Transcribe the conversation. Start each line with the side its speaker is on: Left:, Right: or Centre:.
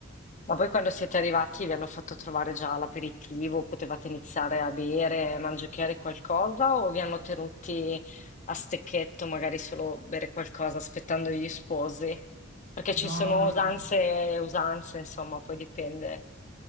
Left: Ma poi quando siete arrivati vi hanno fatto trovare già l'aperitivo, potevate iniziare a bere, a mangiare qualcosa o vi hanno tenuti a stecchetto, magari solo bere qualcosa aspettando gli sposi? Perché
Right: No,
Left: ci sono
Right: no,
Left: usanze
Right: no, no. no.
Left: e usanze, insomma, poi dipende.